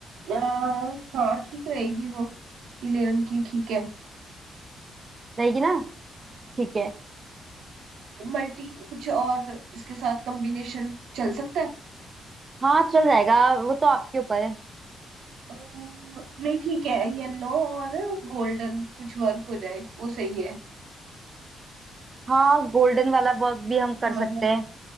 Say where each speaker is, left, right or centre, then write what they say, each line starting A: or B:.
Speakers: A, on the right (about 80°); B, on the right (about 30°).
A: अ, हाँ ठीक रहेगी वो पीले रंग की ठीक है
B: रहेगी ना ठीक है
A: मल्टी कुछ और इसके साथ कॉम्बिनेशन चल सकता है
B: हाँ चल जाएगा वो तो आपके ऊपर है
A: अ, नहीं ठीक है येलो और गोल्डन कुछ वर्क हो जाए वो सही है
B: हाँ गोल्डन वाला वर्क भी हम कर
A: हाँ,
B: सकते हैं